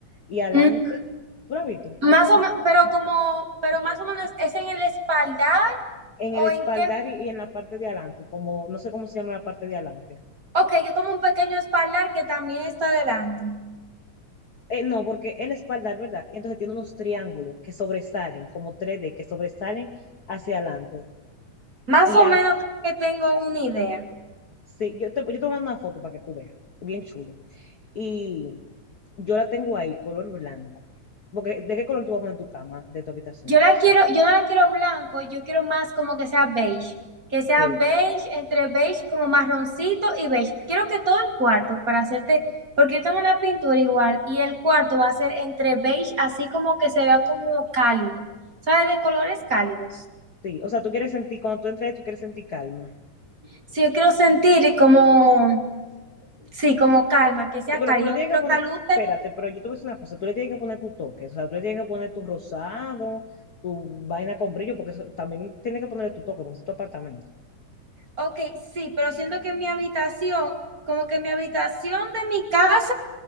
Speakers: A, on the left; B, on the right.
A: y adelante.
B: Mm,
A: ¿Tú la has visto?
B: Más o menos, pero como, pero más o menos, ¿es en el espaldar
A: En el
B: o
A: espaldar
B: en qué?
A: y, y en la parte de adelante, como no sé cómo se llama la parte de adelante.
B: Ok, es como un pequeño espaldar que también está adelante.
A: Eh, no, porque el espaldar, ¿verdad? Entonces tiene unos triángulos que sobresalen, como 3D, que sobresalen hacia adelante.
B: Más
A: Y
B: o
A: a-
B: menos creo que tengo una idea.
A: sí, yo te, yo te voy una foto para que tú veas. Bien chulo. Y yo la tengo ahí, color blanco. Porque, ¿de qué color tú vas a poner tu cama de tu habitación?
B: Yo la quiero, yo no la quiero blanco, yo quiero más como que sea beige, que sea
A: Sí,
B: beige, entre beige como marroncito y beige. Quiero que todo el cuarto para hacerte, porque yo tengo una pintura igual y el cuarto va a ser entre beige, así como que se vea como cálido, ¿sabes? De colores cálidos.
A: sí. O sea, tú quieres sentir, cuando tú entras, ahí, tú quieres sentir calma.
B: Si yo quiero sentir como, sí, como calma, que sea
A: Sí, pero
B: cálido,
A: tú le tienes
B: no quiero
A: que poner,
B: caluce.
A: espérate, pero yo te voy a decir una cosa, tú le tienes que poner tu toque, o sea, tú le tienes que poner tu rosado, tu vaina con brillo, porque eso también tienes que ponerle tu toque, porque es tu apartamento.
B: Ok, sí, pero siento que mi habitación, como que mi habitación de mi casa